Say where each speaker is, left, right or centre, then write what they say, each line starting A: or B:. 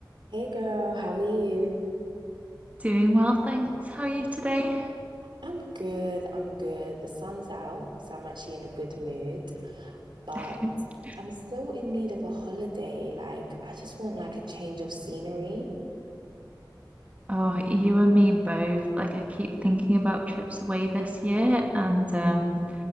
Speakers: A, on the right; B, on the right.
A: Hey girl, how are you?
B: Doing well, thanks. How are you today?
A: I'm good, I'm good. The sun's out, so I'm actually in a good mood, but
B: <laughs>
A: I'm still in need of a holiday. Like, I just want like a change of scenery.
B: Oh, you and me both. Like I keep thinking about trips away this year, and um,